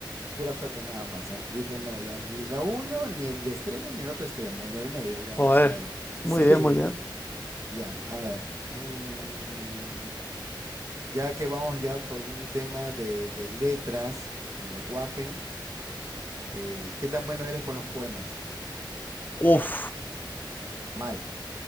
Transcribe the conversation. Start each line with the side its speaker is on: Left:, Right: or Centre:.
Right: pura suerte nada más, ¿ah? Y dije, no, ya ni la uno, ni el extremo, ni el otro extremo, en el medio, ya
Left: Joder.
Right: vamos a dar. <laughs> Sí,
Left: Muy bien, muy bien.
Right: ya, a ver. mm, ya que vamos ya por un tema de, de letras y lenguaje, eh, ¿qué tan bueno eres con los poemas?
Left: Uf,
Right: Mal.